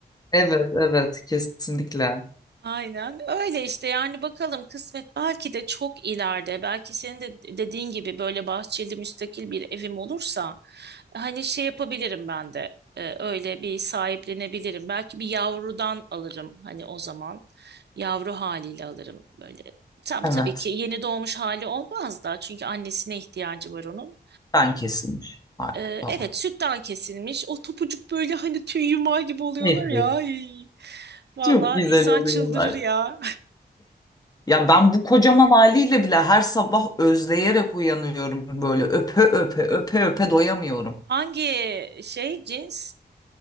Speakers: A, on the left; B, on the right.
A: Evet, evet, kesinlikle.
B: Aynen öyle işte yani bakalım kısmet belki de çok ileride belki senin de dediğin gibi böyle bahçeli müstakil bir evim olursa hani şey yapabilirim ben de e, öyle bir sahiplenebilirim belki bir yavrudan alırım hani o zaman yavru haliyle alırım böyle tam
A: Evet,
B: tabii ki yeni doğmuş hali olmaz da çünkü annesine ihtiyacı var onun.
A: ben kesilmiş. Harika
B: E,
A: falan.
B: Evet sütten kesilmiş o topucuk böyle hani tüy yumağı gibi oluyorlar
A: Evet,
B: ya. Ay. Vallahi
A: çok güzel
B: insan
A: oluyorlar.
B: çıldırır ya.
A: Ya ben bu kocaman haliyle bile her sabah özleyerek uyanıyorum böyle öpe öpe öpe öpe doyamıyorum.
B: Hangi şey cins?